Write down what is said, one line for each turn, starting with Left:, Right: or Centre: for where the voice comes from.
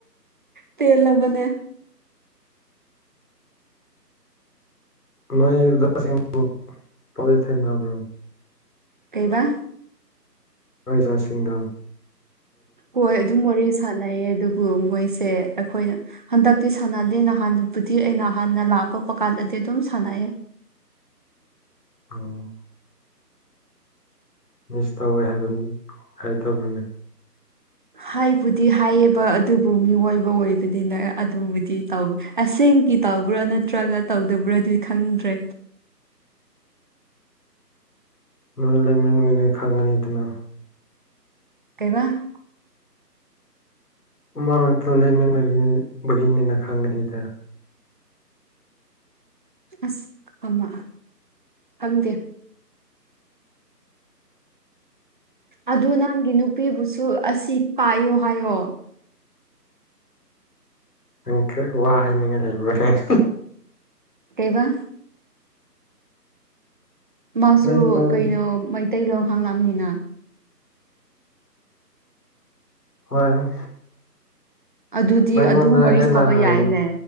Right: ꯄꯦꯜꯂꯕꯅꯦ
Left: ꯅꯣꯏ ꯑꯣꯖꯥ ꯁꯤꯡꯕꯨ ꯋꯥꯔꯤ ꯁꯅꯥꯕ꯭ꯔꯣ
Right: ꯀꯩꯕꯥ
Left: ꯅꯣꯏ ꯑꯣꯖꯥ ꯁꯤꯡꯗꯣ
Right: ꯍꯣꯏ ꯑꯗꯨꯝ ꯋꯥꯔꯤ ꯁꯥꯟꯅꯩꯌꯦ ꯑꯗꯨꯕꯨ ꯃꯣꯏꯁꯦ ꯑꯩꯈꯣꯏꯅ ꯍꯟꯗꯛꯇꯤ ꯁꯥꯟꯅꯗꯦ ꯅꯍꯥꯟꯕꯨꯗꯤ ꯑꯩꯩꯅ ꯍꯥꯟꯅ ꯂꯥꯛꯄꯛꯄ ꯀꯥꯟꯗꯗꯤ ꯑꯗꯨꯝ ꯁꯥꯟꯅꯩ
Left: ꯑꯣ ꯃꯤꯁ ꯇꯧꯋꯦ ꯍꯥꯏꯕꯅꯤ ꯍꯥꯏꯇꯕꯅꯦ
Right: ꯍꯥꯏꯕꯨꯗꯤ ꯍꯥꯏꯌꯦꯕ ꯑꯗꯨꯕꯨ ꯃꯤꯑꯣꯏꯕ ꯑꯣꯏꯕꯅꯤꯅ ꯑꯗꯨꯕꯨꯗꯤ ꯇꯧ ꯑꯁꯦꯡꯀꯤ ꯇꯧꯕ꯭ꯔꯥ ꯅꯠꯇ꯭ꯔꯒ ꯇꯧꯗꯕ꯭ꯔꯥꯗꯤ ꯈꯪꯗ꯭ꯔꯦ
Left: ꯅꯣꯏ ꯂꯩꯃꯤꯟ <unintelligible> ꯈꯪꯒꯅꯤꯗꯅ
Right: ꯀꯩꯕ
Left: <unintelligible> ꯂꯩꯃꯤꯟꯕꯒꯤꯅꯤꯅ ꯈꯪꯒꯅꯤꯗ
Right: ꯑꯁ ꯑꯃ ꯈꯪꯗꯦ ꯑꯗꯨ ꯅꯪꯒꯤ ꯅꯨꯄꯤꯕꯨꯁꯨ ꯑꯁꯤ ꯄꯥꯏꯌꯣ ꯍꯥꯏꯌꯣ
Left: <unintelligible> ꯋꯥ ꯍꯥꯏꯅꯤꯡꯉꯥꯏ ꯂꯩꯕꯔꯣꯅꯦ
Right: ꯀꯩꯕ ꯃꯥꯁꯨ
Left: ꯃꯥꯏ ꯄꯥꯝ
Right: ꯀꯩꯅꯣ ꯃꯩꯇꯩꯂꯣꯟ ꯈꯪꯂꯝꯅꯤꯅ
Left: ꯍꯣꯏ
Right: ꯑꯗꯨꯗꯤ
Left: ꯑꯩꯉꯣꯟꯗ
Right: ꯑꯗꯨꯝ ꯋꯥꯔꯤ
Left: ꯍꯦꯟꯅ
Right: ꯁꯥꯕ
Left: ꯍꯥꯏꯌꯦ
Right: ꯌꯥꯏꯅꯦ